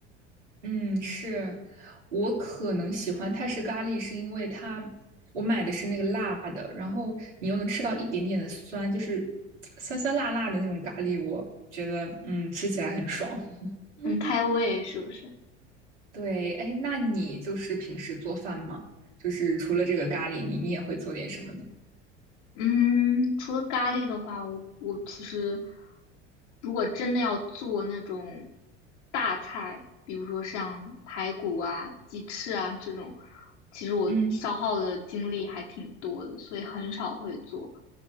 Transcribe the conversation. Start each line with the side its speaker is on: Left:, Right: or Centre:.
Right: 嗯，是我可能喜欢泰式咖喱，是因为它我买的是那个辣的，然后你又能吃到一点点的酸，就是酸酸辣辣的那种咖喱，我觉得嗯吃起来很爽。<laughs> 嗯
Left: 很开胃，是不是？
Right: 对，哎，那你就是平时做饭吗？就是除了这个咖喱，你你也会做点什么呢？
Left: 嗯，除了咖喱的话，我我其实如果真的要做那种大菜，比如说像排骨啊、鸡翅啊这种，其实我消耗的精力还挺多的，
Right: 嗯
Left: 所以很少会做。